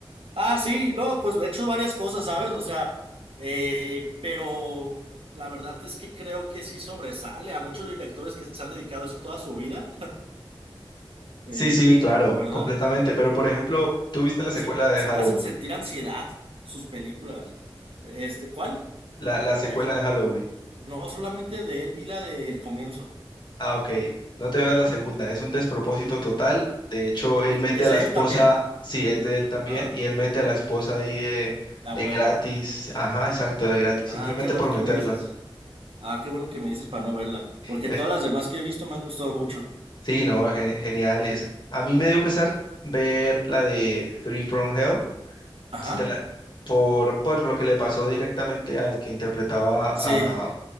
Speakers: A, on the right; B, on the left.
A: Ah, sí, no, pues he hecho varias cosas, ¿sabes? O sea, eh, pero la verdad es que creo que sí sobresale a muchos directores que se han dedicado a eso toda su vida, <laughs> eh,
B: Sí, sí, claro,
A: ¿verdad?
B: completamente. Pero por ejemplo, ¿tú viste la secuela
A: Y si,
B: de
A: si
B: Halloween?
A: te hacen sentir ansiedad sus películas. Este, ¿cuál?
B: La, la secuela
A: La de- Ja,
B: de Halloween.
A: no, solamente de él vi la del comienzo.
B: Ah, ok. No te veas la segunda. Es un despropósito total. De hecho,
A: ¿E-
B: él
A: e-
B: mete
A: ¿Es
B: a la
A: de
B: esposa,
A: él también?
B: sí, es de él también,
A: Ah,
B: y él mete a la esposa ahí de,
A: la
B: de
A: huevo.
B: gratis. Ajá, exacto, de gratis,
A: Ah,
B: simplemente
A: qué bueno
B: por
A: que
B: meterla.
A: me dices. Ah, qué bueno que me dices para no verla. Porque
B: Eh,
A: todas las demás que he visto me han gustado mucho.
B: sí, no, ge- genial. Es, a mí me dio pesar ver la de Three from Hell,
A: Ajá.
B: si te la- por, por lo que le pasó directamente al que interpretaba
A: Sí,
B: a